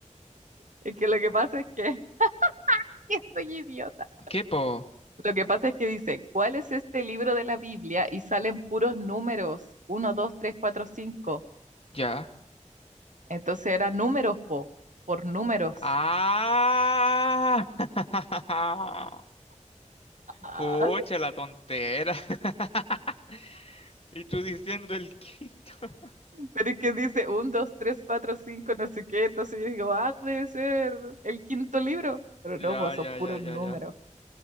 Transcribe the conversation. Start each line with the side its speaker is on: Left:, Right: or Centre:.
Right: Es que lo que pasa es que, <laughs> que soy idiota.
Left: ¿Qué po?
Right: Lo que pasa es que dice, ¿cuál es este libro de la Biblia? Y salen puros números, uno 2 3 4 5.
Left: Ya.
Right: Entonces era números, po, por números.
Left: ¡Ah! <laughs>
Right: Ah,
Left: Pucha, la tontera. <laughs> Y tú diciendo el quinto. <laughs>
Right: pero es que dice 1, 2 3 4 5 no sé qué. Entonces yo digo, ah, debe ser el quinto libro. Pero
Left: Ya,
Right: no, pues
Left: ya,
Right: son puros
Left: ya, ya,
Right: números.
Left: ya.